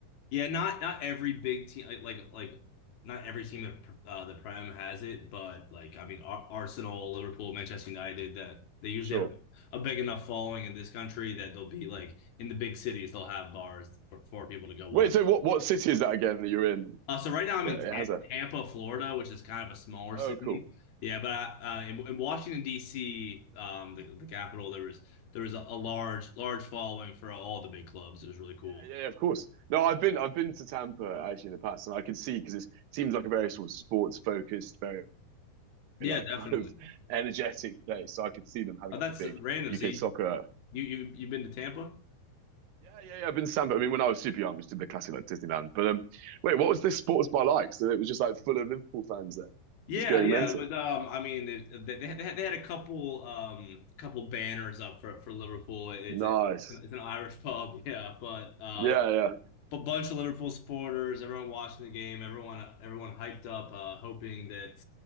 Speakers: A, on the left; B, on the right.
A: Yeah, not not every big team like like like not every team that uh, the Prem has it, but like I mean Ar Arsenal, Liverpool, Manchester United that they usually
B: Sure.
A: have a big enough following in this country that they'll be like in the big cities they'll have bars for, for people to go
B: Wait.
A: watch.
B: So what? What city is that again that you're in?
A: Uh, so right now I'm
B: That
A: in
B: It
A: Tam-
B: has a.
A: Tampa, Florida, which is kind of a smaller
B: Oh,
A: city.
B: cool.
A: Yeah, but I, uh, in, in Washington D.C., um, the, the capital, there was there was a, a large large following for all the big clubs. It was really cool.
B: Yeah, yeah, yeah, of course. No, I've been I've been to Tampa actually in the past, and I could see because it seems like a very sort of sports focused, very
A: Yeah,
B: like
A: definitely.
B: kind of energetic place. So I could see them having
A: Oh,
B: like
A: that's
B: a big
A: random.
B: UK
A: So you
B: soccer.
A: you you you've been to Tampa?
B: Yeah, yeah, yeah. I've been to Sandpit. I mean, when I was super young, we just did the classic like Disneyland. But um, wait, what was this sports bar like? So it was just like full of Liverpool fans there,
A: Yeah,
B: just going
A: yeah.
B: mental.
A: With um, I mean, it, they they had, they had a couple um couple banners up for for Liverpool. It's
B: Nice.
A: a, it's an Irish pub, <laughs> yeah. But um,
B: Yeah, yeah,
A: but bunch of Liverpool supporters, everyone watching the game, everyone everyone hyped up, uh, hoping that